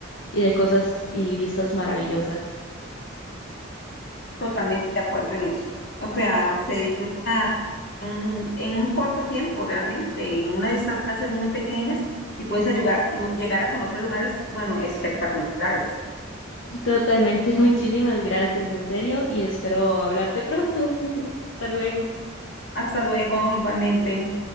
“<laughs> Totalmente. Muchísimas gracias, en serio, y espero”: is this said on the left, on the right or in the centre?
Left